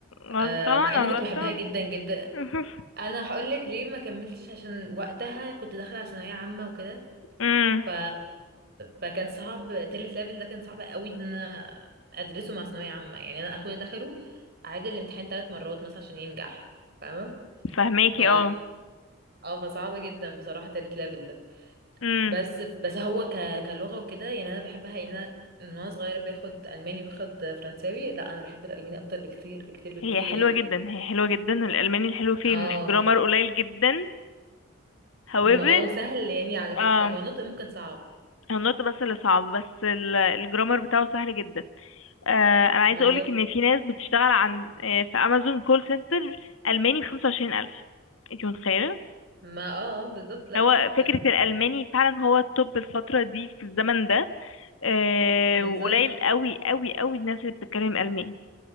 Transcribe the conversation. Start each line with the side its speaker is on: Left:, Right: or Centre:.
Left: غلطانه
Right: آه، مع اني كنت
Left: غلطانه
Right: بحبها جدا جدا
Left: <laughs>
Right: انا هقولك ليه ما كملتش عشان وقتها كنت داخلة على ثانوية عامة وكده
Left: امم
Right: ف... فكان صعب تالت ليفل ده كان صعب قوي ان انا ادرسه مع ثانويه عامه يعني انا اخويا دخله عاد الامتحان ثلاث مرات مثلا عشان ينجح فاهمه
Left: فهماكي
Right: ف
Left: اه
Right: اه فصعب جدا بصراحه تالت ليفل ده
Left: امم
Right: بس بس هو ك... كلغه وكده يعني انا بحبها ان انا من وانا صغيره باخد الماني باخد فرنساوي لا انا بحب الالماني اكتر بكتير بكتير بكتير
Left: هي حلوه
Right: يعني
Left: جدا هي حلوه جدا الالماني الحلو فيه
Right: اه
Left: ان الجرامر قليل جدا however
Right: ما هو سهل يعني على فكره
Left: آه.
Right: هو نطق ممكن صعب
Left: النطق بس اللي صعب بس ال- الجرامر بتاعه سهل جدا آه، انا عايزه
Right: بالظبط
Left: اقولك ان في ناس بتشتغل عن آه، في امازون كول سنتر الماني ب 25000 انت متخيله
Right: ما اه آه، بالظبط لا
Left: هو
Right: تحفه
Left: فكره الالماني فعلا هو التوب الفتره دي في الزمن ده آه،
Right: بالظبط
Left: وقليل قوي قوي قوي الناس اللي بتتكلم الماني